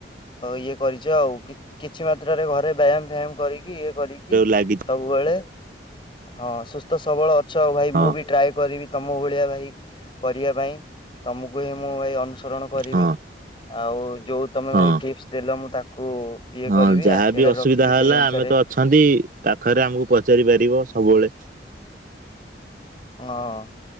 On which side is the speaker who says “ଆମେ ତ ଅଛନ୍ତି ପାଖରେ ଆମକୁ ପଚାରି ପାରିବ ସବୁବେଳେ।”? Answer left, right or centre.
Right